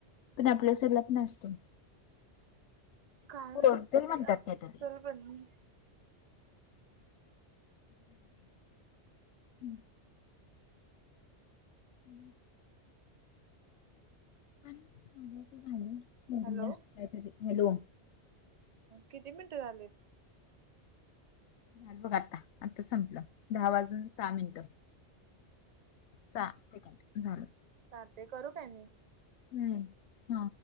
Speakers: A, on the left; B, on the right.
A: पण आपल्या सरला पण असतो.
B: काय
A: पोर्टल
B: आहेत
A: म्हणतात
B: ते असल
A: काहीतरी
B: पण,
A: ह, हम्म हम् पण माझ
B: हॅलो
A: झा काहीतरी हॅलो,
B: किती मिनिटं झालेत.
A: हम् बघ आता आता संपलं दहा वाजून सहा मिनिट, सेक झा
B: चाल ते करू काय मी,
A: हम्म हा,